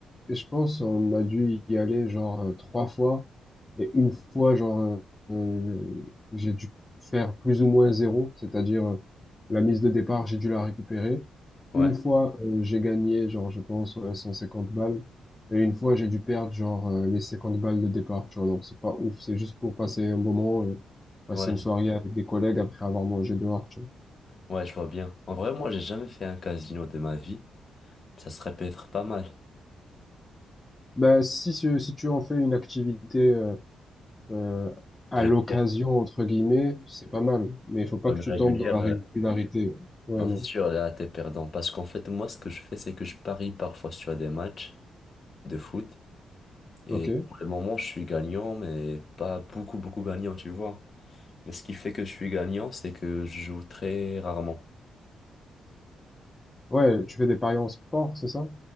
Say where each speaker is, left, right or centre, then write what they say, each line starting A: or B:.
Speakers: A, on the left; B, on the left.
A: Et je pense on a dû y aller genre euh, trois fois. Et une fois, genre, euh, euh, j'ai dû faire plus ou moins zéro, c'est-à-dire euh, la mise de départ, j'ai dû la récupérer.
B: Ouais,
A: Une fois, euh, j'ai gagné, genre, je pense, ouais, 150 balles. Et une fois, j'ai dû perdre, genre, euh, les 50 balles de départ, tu vois. Donc, c'est pas ouf, c'est juste pour passer un bon moment, euh, passer
B: ouais,
A: une soirée avec des collègues après avoir mangé dehors, tu vois.
B: ouais, je vois bien. En vrai, moi, j'ai jamais fait un casino de ma vie. Ça serait peut-être pas mal.
A: Bah, si, si si tu en fais une activité, euh, euh, à
B: Régulière,
A: l'occasion, entre guillemets, c'est pas mal. Mais il faut pas
B: ouais,
A: que
B: mais
A: tu
B: régulière,
A: tombes dans la régularité.
B: euh,
A: Ouais,
B: non,
A: non.
B: c'est sûr, là, t'es perdant. Parce qu'en fait, moi, ce que je fais, c'est que je parie parfois sur des matchs de foot. Et
A: Ok.
B: pour le moment, je suis gagnant, mais pas beaucoup, beaucoup gagnant, tu vois. Mais Ce qui fait que je suis gagnant, c'est que je joue très rarement.
A: Ouais, tu fais des paris en sport, c'est ça?